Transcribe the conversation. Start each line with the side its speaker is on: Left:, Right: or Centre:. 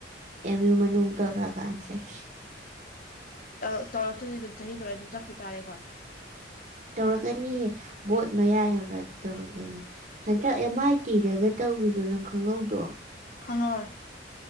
Right: ꯑꯦꯝ ꯌꯨ ꯃꯅꯨꯡ ꯇꯧꯔꯛꯑꯀꯥꯟ ꯆꯠꯁꯤ
Left: ꯇꯧꯔꯛꯇ꯭ꯔꯗꯤ ꯑꯗꯨꯝ ꯆꯍꯤ ꯂꯣꯏꯔ ꯑꯗꯨꯝ ꯆꯠꯈꯤ ꯇꯥꯔꯦ ꯑꯈꯣꯏ
Right: ꯇꯧꯔꯛꯀꯅꯤꯍꯦ ꯚꯣꯠ ꯃꯌꯥ ꯌꯧꯔꯛꯑꯗꯤ ꯇꯧꯔꯛꯀꯅꯤ ꯍꯟꯗꯛ ꯑꯦꯝ ꯑꯥꯏ ꯇꯤꯗꯒ ꯇꯧ ꯒꯤꯗꯣ ꯅꯪ ꯈꯪꯍꯧꯗ꯭ꯔꯣ
Left: ꯈꯪꯍꯧꯋꯦ